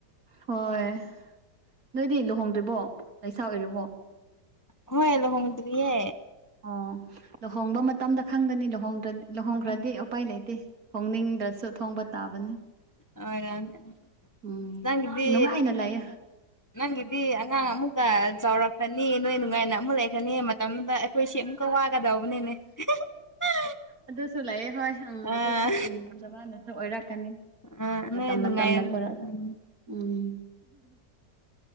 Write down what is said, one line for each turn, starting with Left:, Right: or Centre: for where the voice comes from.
Right: ꯍꯣꯏ ꯅꯣꯏꯗꯤ ꯂꯨꯍꯣꯡꯗ꯭ꯔꯤꯕꯣ ꯂꯩꯁꯥ ꯑꯣꯏꯔꯤꯕꯣ
Left: ꯍꯣꯏ ꯂꯣꯍꯣꯡꯗ꯭ꯔꯤꯌꯦ
Right: ꯑꯣ ꯂꯨꯍꯣꯡꯕ ꯃꯇꯝꯗ ꯈꯪꯒꯅꯤ ꯂꯨꯍꯣꯡꯗ꯭ꯔꯗ ꯂꯨꯍꯣꯡꯈ꯭ꯔꯗꯤ
Left: ꯎꯝ
Right: ꯎꯄꯥꯏ ꯂꯩꯇꯦ ꯊꯣꯡꯅꯤꯡꯗ꯭ꯔꯁꯨ ꯊꯣꯡꯕ ꯇꯥꯕꯅꯤ
Left: ꯑꯣꯏꯔꯝꯅꯤ
Right: ꯎꯝ
Left: ꯅꯪꯒꯤꯗꯤ
Right: ꯅꯨꯉꯥꯏꯅ ꯂꯩꯥ
Left: ꯅꯪꯒꯤꯗꯤ ꯑꯉꯥꯡ ꯑꯃꯨꯛꯀ ꯆꯥꯎꯔꯛꯈ꯭ꯔꯅꯤ ꯅꯣꯏ ꯅꯨꯡꯉꯥꯏꯅ ꯑꯃꯨꯛ ꯂꯩꯈꯔꯅꯤ ꯃꯇꯝꯗꯨꯗ ꯑꯈꯣꯏꯁꯦ ꯑꯃꯨꯛꯀ ꯋꯥꯒꯗꯧꯕꯅꯤꯅꯦ <unintelligible>
Right: ꯑꯗꯨꯁꯨ ꯂꯩꯌꯦ ꯍꯣꯏ ꯎꯝ
Left: ꯑꯥ
Right: ꯑꯗꯨꯁꯨ ꯎꯝ ꯖꯕꯥꯅꯁꯨ ꯑꯣꯏꯔꯛꯀꯅꯤ
Left: ꯑꯥ
Right: ꯃꯇꯝ
Left: ꯅꯣꯏ ꯅꯨꯡꯉꯥꯏ
Right: ꯃꯇꯝꯅ ꯄꯨꯔ
Left: ꯎꯝ
Right: ꯎꯝ